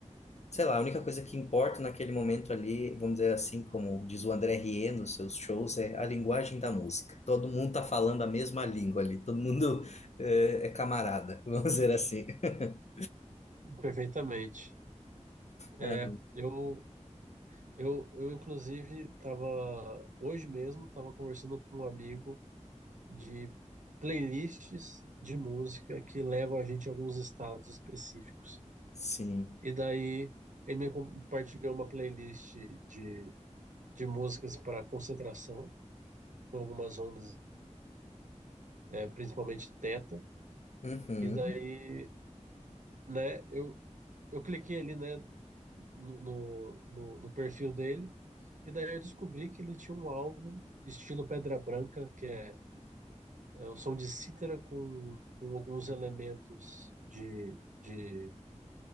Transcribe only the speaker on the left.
sei lá, a única coisa que importa naquele momento ali, vamos dizer assim, como diz o André Rieu nos seus shows, é a linguagem da música. Todo mundo tá falando a mesma língua ali, todo mundo <laughs> eh, é, camarada, <laughs> vamos dizer assim. <laughs>
Ah,
Sim.
Uhum,